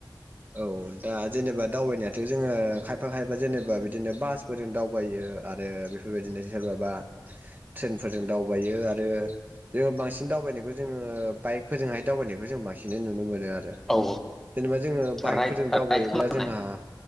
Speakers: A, on the right; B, in the centre.
A: औ दा जेनेबा दावबायनायाथ' जोङो खायफा खायफा जेनेबा बिदिनो बासफोरजों दावबायो ओ आरो बेफोर बायदिनो सोरबा बा ट्रेनफोरजों दावबायो आरो जोङो बांसिन दावबायनायखौ जोङो बाइक फोरजोंहाय दावबायनायखौ जों बांसिन नुनो मोनो आरो
B: औ
A: जेनेबा जोङो बाइकफोरजों
B: राइड
A: दावबायोब्ला
B: राइड खालामनाय
A: जोंहा